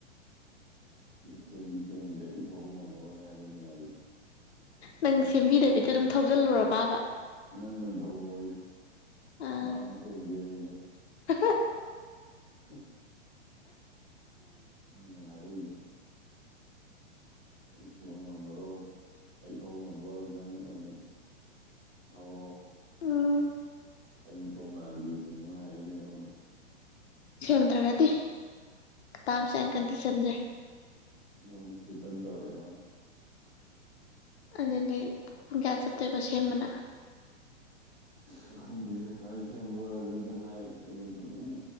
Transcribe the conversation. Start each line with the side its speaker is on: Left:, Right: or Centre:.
Right: ꯁꯦꯝꯗꯤ ꯁꯦꯝꯗꯦ ꯑꯩ ꯊꯧꯕ ꯉꯝꯃꯔꯣꯏꯅ ꯍꯥꯏꯔꯛꯑꯦꯅꯦ ꯒꯥꯔꯤꯗꯣ
Left: ꯅꯪ ꯁꯦꯝꯕꯤꯗꯕꯤꯗ ꯑꯗꯨꯝ ꯊꯧꯖꯤꯜꯂꯨꯔ ꯄꯕ
Right: ꯅꯪ ꯅꯣꯏ ꯊꯧꯔꯛꯑꯣ ꯑꯩꯒ
Left: ꯑꯥ
Right: ꯃꯥꯕꯨꯨꯛ ꯇꯣꯡꯒꯦ ꯑꯩꯒꯤ
Left: <unintelligible>
Right: ꯎ ꯋꯥꯉꯉꯣꯅꯔꯅꯤ ꯑꯩ ꯁꯦꯝꯕ ꯉꯝꯃꯔꯣꯏ ꯑꯩ ꯊꯧꯕ ꯉꯝꯃꯔꯣꯏ ꯅꯪ ꯑꯣꯏꯅ ꯑ꯭ꯔꯣ
Left: ꯎꯝ
Right: ꯑ ꯇꯣꯉꯒꯤ ꯁꯤꯅꯦꯃꯥ ꯍꯥꯏꯏꯅꯦ ꯑꯩꯉꯣꯟꯗ
Left: ꯁꯦꯝꯗ꯭ꯔꯒꯗꯤꯇꯥꯁꯦꯀꯟꯇꯤ ꯆꯟꯖꯩ
Right: ꯑꯣ ꯆꯔꯤ ꯇ ꯇꯧꯔꯤ ꯃꯥꯅ
Left: ꯑꯗꯨꯗꯤ ꯥꯁ ꯑꯇꯩ ꯄ ꯁꯦꯝꯕꯅꯥ
Right: ꯑ ꯈꯪꯗꯦ ꯉꯥꯏ ꯁꯦꯝꯕ ꯁꯤꯗ ꯉꯥꯏ ꯀꯩꯅꯣꯗ ꯑꯗꯨꯝ